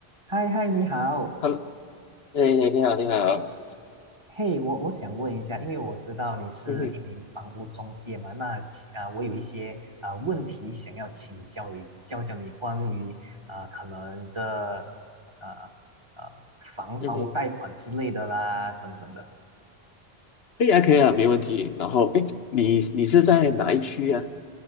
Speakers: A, on the right; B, on the left.
A: 嗨嗨，你好，
B: Hello，哎，你好，你好，
A: 嘿，我我想问一下，因为我知道你是一名房屋中介嘛，
B: 嗯哼，
A: 那其啊、我有一些啊、问题想要请教你，教教你关于啊、可能这啊啊房房屋贷款之类的啦，
B: 嗯哼，
A: 等等的
B: 哎呀，可以啊，没问题。然后，哎，你你是在哪一区啊？